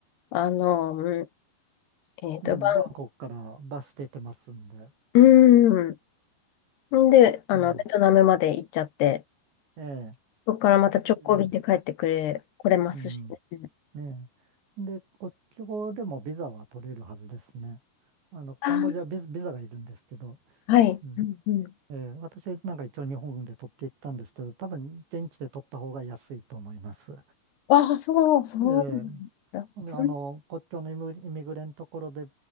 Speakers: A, on the left; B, on the right.
A: あのーうんえっと、
B: うん。
A: バン、
B: バンコクからバス出てますんで。
A: うん。で、あの、
B: ええ。
A: ベトナムまで行っちゃって、
B: ええ。
A: そこからまた直行便で帰ってくれ、
B: それええ。
A: 来れますしね。
B: うん。ええ。で、国境でもビザは取れるはずですね。あの、カンボジアはビザ、
A: あー、
B: ビザがいるんですけど。
A: はい。
B: うん。
A: うんうん。
B: ええ。私なんか一応日本で取っていったんですけど、多分現地で取った方が安いと思います。
A: ああ、そう、そう
B: ええ。
A: なんだ。
B: ほんで、
A: そん
B: あの、国境のイミグイミグレのところで、